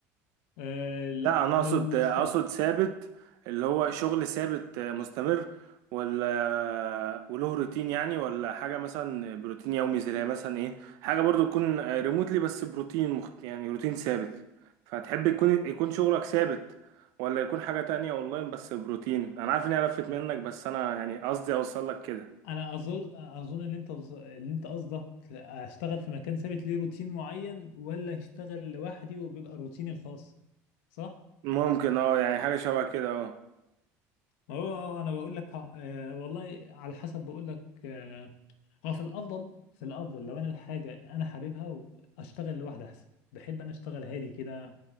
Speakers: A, on the left; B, on the right.
A: آه
B: لا انا
A: لو
B: اقصد اقصد
A: س...
B: ثابت اللي هو شغل ثابت مستمر ولا وله روتين يعني ولا حاجه مثلا بروتين يومي زي مثلا ايه حاجه برضو تكون ريموتلي بس بروتين مخت... يعني روتين ثابت فتحب يكون يكون شغلك ثابت ولا يكون حاجه تانية اونلاين بس بروتين انا عارف اني قرفت منك بس انا يعني قصدي اوصل لك كده
A: انا اظن اظن ان انت اللي انت قصدك اشتغل في مكان ثابت ليه روتين معين ولا اشتغل لوحدي وبيبقى روتيني الخاص صح
B: ممكن اه يعني حاجه شبه كده اه
A: ما هو هو انا بقول لك آه والله على حسب بقول لك آه، هو في الافضل في الافضل لو انا الحاجه انا حاببها واشتغل لوحدي احسن بحب انا اشتغل هادي كده